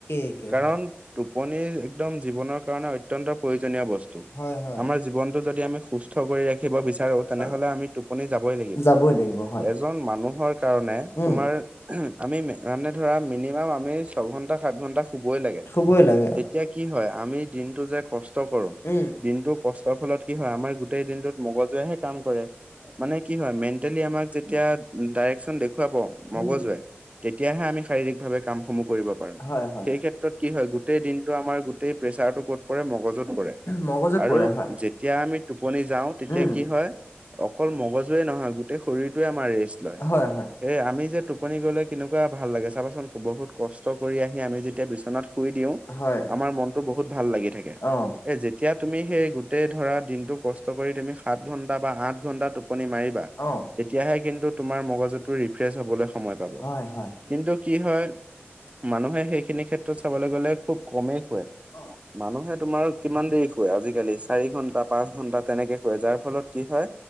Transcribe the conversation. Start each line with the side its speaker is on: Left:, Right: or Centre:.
Left: একেই
Right: কাৰণ,
Left: হয়
Right: টোপনি একদম জীৱনৰ কাৰণে অত্যন্ত প্ৰয়োজনীয় বস্ত
Left: হয় হয়।
Right: আমাৰ জীৱনটো যদি আমি সুস্থ কৰি ৰাখিব বিচাৰো তেনেহলে
Left: অ,
Right: আমি টোপনি যাবই লাগিব।
Left: যাবই লাগিব হয়
Right: এজন মানুহৰ কাৰণে
Left: উম
Right: তোমাৰ আমি মানে ধৰা মিনিমাম আমি ছঘন্টা সাত ঘন্টা শুবই লাগে।
Left: শুভই লাগে।
Right: তেতিয়া কি হয়, আমি দিনটো যে কষ্ট
Left: উম
Right: দিনটো কষ্টৰ ফলত কি হয়। আমাৰ গোটেই দিনটোত মগজুৱে হে কাম কৰে। মানে কি হয়? মেণ্টেলি আমাক যেতিয়া ডাইৰেকচন দেখুৱাব মগজুৱে।
Left: উম
Right: তেতিয়াহে আমি শাৰীৰিক ভাৱে কামসমূহ কৰিব পাৰো।
Left: হয় হয়
Right: সেই সেত <unintelligible> কি হয়। গোটেই দিনটো আমাৰ গোটেই প্ৰেচাৰ টো ক'ত পৰে মগজুত পৰে।
Left: মগজুত
Right: আৰু
Left: পৰে হয়
Right: যেতিয়া আমি টোপনি যাওঁ, তেতিয়া
Left: উম
Right: কি হয়। অকল মগজুৱে নহয়। গোটেই শৰীৰটোৱে আমাৰ ৰেষ্ট লয়।
Left: হয় হয়
Right: এ', আমি যে টোপনি গ'লে কেনেকুৱা ভাল লাগে। চাবচোন বহুত কষ্ট কৰি আহি আমি যেতিয়া বিচনাত শুই দিওঁ।
Left: হয়
Right: আমাৰ মনতটো বহুত ভাল লাগি থাকে।
Left: অ
Right: এ', যেতিয়া তুমি সেই গোটেই ধৰা দিনটো কষ্ট কৰি তুমি সাত ঘণ্টা বা আঠ ঘণ্টা টোপনি মাৰিবা
Left: অ
Right: তেতিয়াহে কিন্তু তোমাৰ মগজুতটো ৰিফ্ৰেছ হ'বলৈ সময় পাব।
Left: হয় হয়
Right: কিন্তু কি হয়। মানুহে সেইখিনি ক্ষেত্ৰত চাবলৈ গ'লে খুব কমেই শুৱে।
Left: অ,
Right: মানুহে তোমাৰ কিমান দেৰি শুৱে আজিকালি চাৰি ঘন্টা পাঁচ ঘণ্টা তেনেকে শুৱে যাৰ ফলত কি হয়।